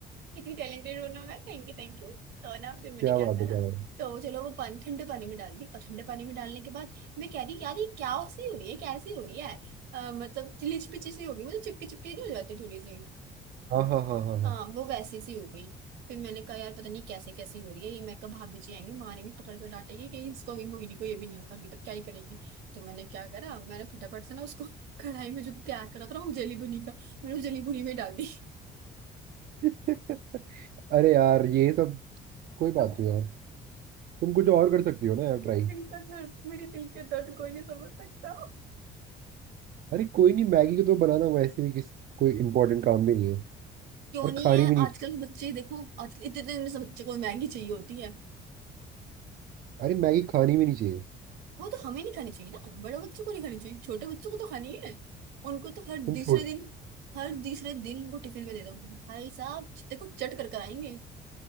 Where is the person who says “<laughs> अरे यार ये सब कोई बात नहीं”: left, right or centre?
Right